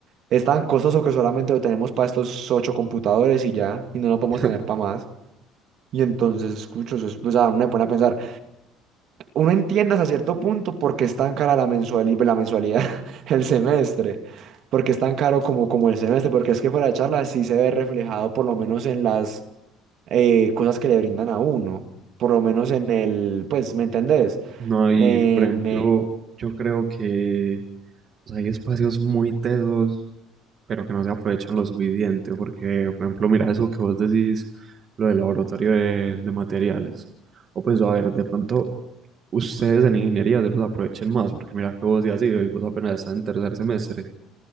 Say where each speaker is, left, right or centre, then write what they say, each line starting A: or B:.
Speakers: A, on the right; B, on the right.
A: Es tan costoso que solamente lo tenemos para estos ocho computadores y ya, y no lo podemos
B: <laughs>
A: tener para más. Y entonces, escucho, eso es- o sea, uno me pone a pensar, uno entiende hasta cierto punto por qué es tan cara la mensualidad, la mensualidad, <laughs> el semestre, porque es tan caro como, como el semestre, porque es que fuera de charla sí se ve reflejado por lo menos en las eh, cosas que le brindan a uno, por lo menos en el, pues, ¿me entendés?
B: No, y
A: En,
B: por ejemplo,
A: eh,
B: yo creo que o sea, hay espacios muy tesos, pero que no se aprovechan lo suficiente, porque, por ejemplo, mira eso que vos decís, lo del laboratorio de, de materiales. O pues, a ver, de pronto, ustedes en ingeniería se los aprovechen más, porque mira que vos ya has ido y vos apenas estás en tercer semestre.